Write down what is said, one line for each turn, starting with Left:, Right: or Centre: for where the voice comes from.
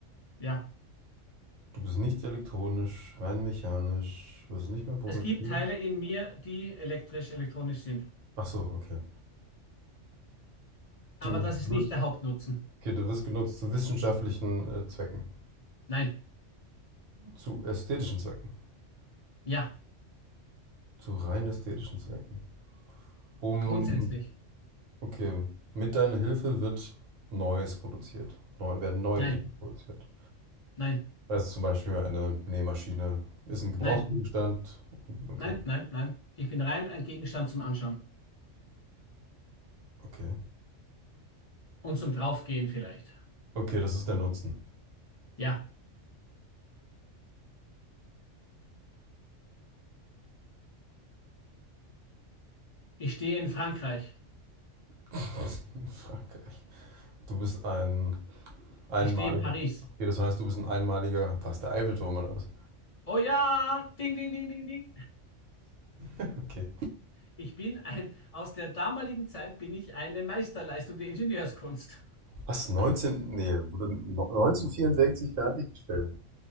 Left: Ja.
Right: Du bist nicht elektronisch, rein mechanisch, wirst nicht mehr produziert.
Left: Es gibt Teile in mir, die elektrisch, elektronisch sind.
Right: Ach so, okay.
Left: Aber
Right: Du
Left: das ist
Right: wirst,
Left: nicht der Hauptnutzen.
Right: okay, du wirst genutzt zu wissenschaftlichen äh, Zwecken,
Left: Nein.
Right: zu ästhetischen Zwecken,
Left: Ja.
Right: zu rein ästhetischen Zwecken. Um,
Left: Grundsätzlich.
Right: okay, mit deiner Hilfe wird Neues produziert, neu, werden neue
Left: Nein.
Right: Dinge produziert.
Left: Nein.
Right: Also zum Beispiel eine Nähmaschine ist ein Gebrauchsgegenstand.
Left: Nein.
Right: Okay,
Left: Nein. Nein. Nein. Ich bin rein ein Gegenstand zum Anschauen.
Right: okay.
Left: Und zum Draufgehen vielleicht.
Right: Okay, das ist der Nutzen.
Left: Ja. Ich stehe in Frankreich.
Right: <laughs> Frankreich. Du bist ein Einmaliger.
Left: Ich stehe in Paris.
Right: Okay, das heißt, du bist ein einmaliger. Was, der Eiffelturm oder was?
Left: Oh ja, ding, ding, ding, ding, ding.
Right: Okay.
Left: Ich bin ein, aus der damaligen Zeit bin ich eine Meisterleistung der Ingenieurskunst.
Right: Was, 19. Nee, wurde 1964 fertiggestellt.